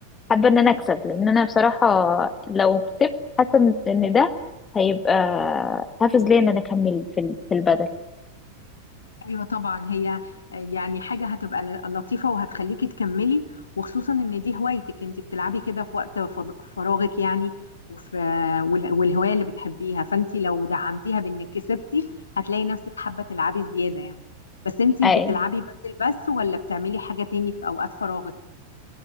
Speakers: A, on the left; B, on the left.
A: حابه ان انا اكسب لان انا بصراحه لو كسبت حاسه ان إن ده هيبقى حافز ليا ان انا اكمل في ال- في البدل
B: ايوه طبعا هي يعني حاجه هتبقى ل- لطيفه وهتخليكي تكملي وخصوصا ان دي هوايتك انت بتلعبي كده في وقت فض- فراغك يعني وفي وال- والهوايه اللي بتحبيها فانت لو دعمتيها بانك كسبتي هتلاقي نفسك حابه تلعبي زياده يعني بس انت بتلعبي
A: اي
B: بدل بس ولا بتعملي حاجه تاني في اوقات فراغك